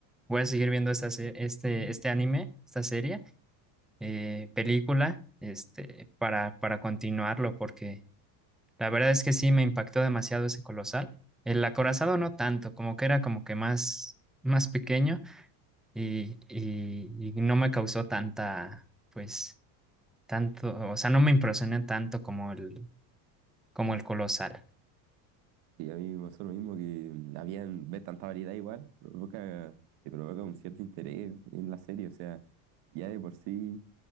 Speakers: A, in the centre; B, on the right.
A: voy a seguir viendo esta, se- este, este anime, esta serie, eh, película, este, para, para continuarlo, porque La verdad es que sí me impactó demasiado ese colosal. El acorazado no tanto, como que era como que más, más pequeño y, y, y no me causó tanta, pues, tanto, o sea, no me impresioné tanto como el, como el colosal.
B: Y a mí me pasó lo mismo que mm, habían ver tanta variedad igual, provoca, te provoca un cierto interés en la serie, o sea, ya de por sí